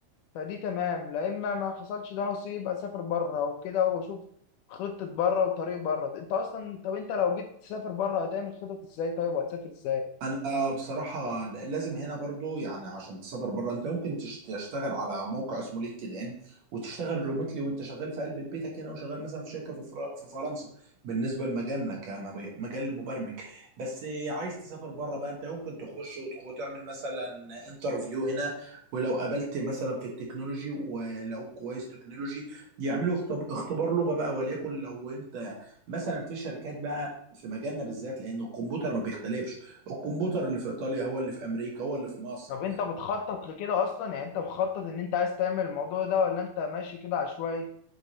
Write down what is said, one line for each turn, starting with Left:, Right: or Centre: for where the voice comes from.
Left: فدي تمام لا اما ما حصلش ده نصيب اسافر بره وكده واشوف خطة بره وطريق بره انت اصلا طب انت لو جيت تسافر بره هتعمل خطط ازاي طيب وهتسافر ازاي
Right: انا بصراحه لازم هنا برضو يعني عشان تسافر بره انت ممكن تش- تشتغل على موقع اسمه لينكد ان وتشتغل ريموتلي وانت شغال في قلب بيتك هنا وشغال مثلا في شركه في فر- في فرنسا بالنسبه لمجالنا كمجال المبرمج بس عايز تسافر بره بقى انت ممكن تخش وتخ- وتعمل مثلا انترفيو هنا ولو قابلت مثلا في التكنولوجي ولو كويس تكنولوجي يعملوا اختب- اختبار لغه بقى وليكن لو انت مثلا في شركات بقى في مجالنا بالذات لان الكمبيوتر ما بيختلفش الكمبيوتر اللي في ايطاليا هو اللي في امريكا هو اللي في مصر
Left: طب انت بتخطط لكده اصلا يعني انت مخطط ان انت عايز تعمل الموضوع ده ولا انت ماشي كده عشوائي